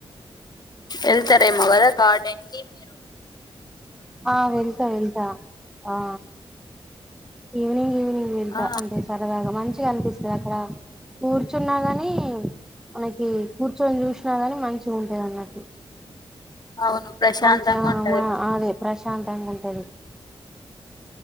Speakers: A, on the left (about 40°); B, in the centre.
A: ఎళ్తారేం వ్ కదా గార్డన్కి మిరు
B: ఆ వెళ్తా వెళ్తా ఆ ఈవినింగ్ ఈవిని వెళ్తా
A: ఆ
B: అంటే సరదాగా మంచ్ చిగ అనిపిస్సది అక్కడ, కూర్చున్నా కాని, మనకి కూర్చొని చూస్నా గాని మంచి ఉంట అన్నట్టు
A: అవును ప్రశాంతంగా
B: మంచిగా
A: ఉంటది
B: మా అదే ప్రస్ శాంతంగా ఉంటది.